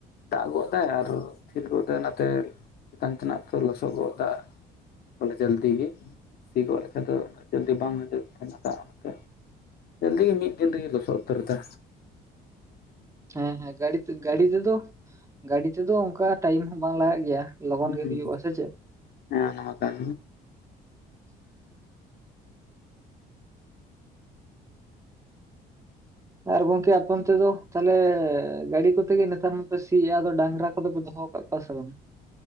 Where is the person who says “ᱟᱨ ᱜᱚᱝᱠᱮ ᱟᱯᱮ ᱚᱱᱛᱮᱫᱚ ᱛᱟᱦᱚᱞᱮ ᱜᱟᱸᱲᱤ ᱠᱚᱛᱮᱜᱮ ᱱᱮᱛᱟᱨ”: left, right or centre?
Right